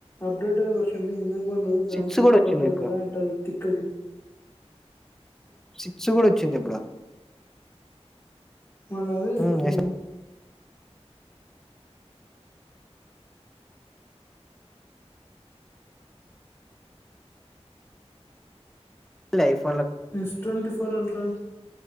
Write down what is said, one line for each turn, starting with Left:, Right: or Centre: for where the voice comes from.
Left: అప్డేటెడ్ వర్షను ఇంక <unintelligible> దానికంటే
Centre: సిక్స్ కూడా వచ్చింది
Left: బావుంటాది
Centre: ఇప్పుడు
Left: కదా అంటది తి క్కది
Centre: సిక్స్ కూడ చ్చింది ఇప్పుడు
Left: మళ్ళ అదే చెప్తాను
Centre: హ్మ్. next life
Left: S twenty four ultra